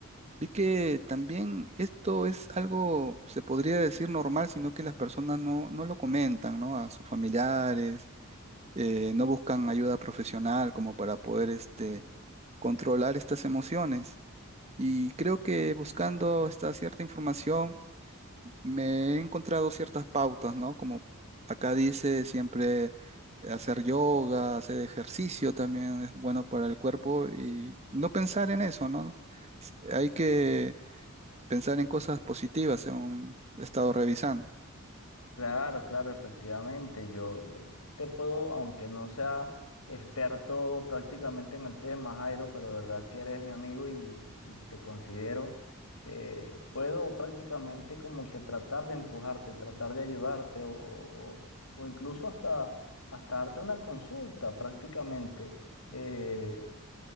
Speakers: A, on the right (about 30°); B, on the left (about 85°).
A: Vi que también esto es algo, se podría decir normal, sino que las personas no, no lo comentan, ¿no? A sus familiares, eh, no buscan ayuda profesional como para poder este, controlar estas emociones. Y creo que buscando esta cierta información me he encontrado ciertas pautas, ¿no? Como acá dice, siempre eh, hacer yoga, hacer ejercicio también es bueno para el cuerpo y no pensar en eso, ¿no? Hay que pensar en cosas positivas, según he estado revisando.
B: Claro, claro, efectivamente. Yo, yo te puedo, aunque no sea experto prácticamente en el tema, Jairo, pero de verdad que eres mi amigo y, y te considero, eh, puedo prácticamente como que tratar de empujarte, tratar de ayudarte o, o- o incluso hasta, hasta darte una consulta prácticamente. Eh,